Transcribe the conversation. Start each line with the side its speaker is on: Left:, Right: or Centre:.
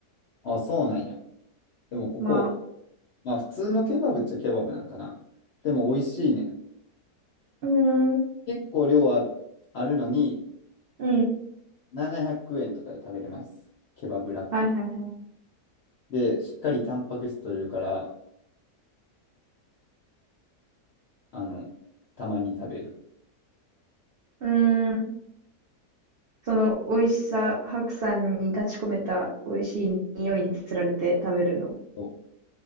Left: あ、そうなんや。でもここ、
Right: まあ、
Left: まあ普通のケバブっちゃケバブなんかな。でも美味しいねん。
Right: うーん、
Left: 結構量はあるのに、
Right: うん。
Left: 700円とかで食べれます。ケバブラップ。
Right: はいはいはい。
Left: で、しっかりタンパク質取れるから、あの、たまに食べる。
Right: うーん。その美味しさ、白山に立ち込めた美味しい匂いにつられて食べるの。
Left: お